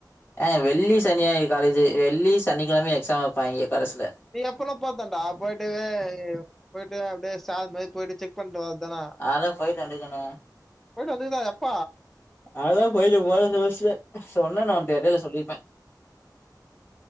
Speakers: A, on the left (about 30°); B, in the centre.
A: ஆ வெள்ளி சனி ஞாயிறு காலேஜ் வெள்ளி சனிக்கிழம எக்ஸாம் வைப்பாங்கே கரஸ்சுல
B: நீ எப்பன்னா போர்த்தன்டா போய்ட்டு போயிட்டு அப்டியே சார்மேரி போயிட்டு செக் பண்ட்டு வரத்தானே
A: அதலா போயிட்டு வந்துகுனூ
B: போய்ட்டு வந்துகுதா எப்ப
A: அதாலா போயிட்டு போன செமஸ்டர்ல சொன்னே நா உண்ட யார் கிட்டயாவதூ சொல்லிரிப்பே